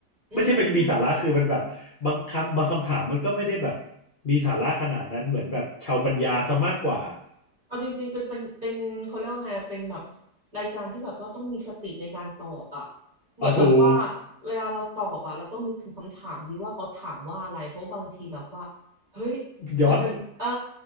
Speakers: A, on the right; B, on the left.
A: อื
B: ไม่ใช่มันมีสาระคือมันแบบบางคำบางคำถามมันก็ไม่ได้แบบ
A: ม
B: มีสาระขนาดนั้นเหมือนแบบชาวปัญญาซะมากกว่า
A: เอาจริงๆเป็นเป็นเป็นเขาเรียกว่าไงเป็นแบบรายการที่แบบว่าต้องมีสติในการตอบอะเหมือนแบบว่า
B: เอาถูก
A: เวลาเราตอบอะเราต้องนึกถึงคำถามดีว่าเขาถามว่าอะไรเพราะบางทีแบบว่าเฮ้ย
B: ย้อน
A: มันเป็นเออ